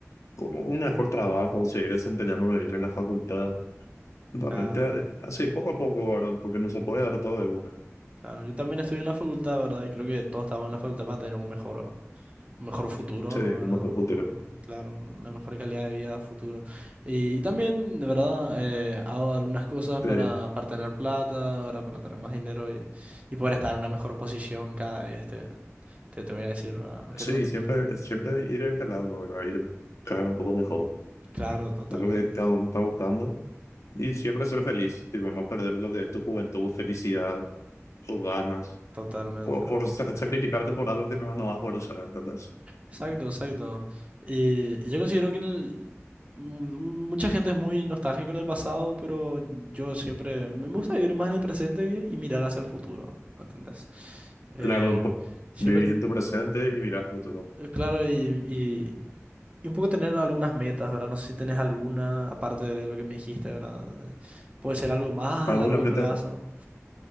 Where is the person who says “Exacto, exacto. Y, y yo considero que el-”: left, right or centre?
Right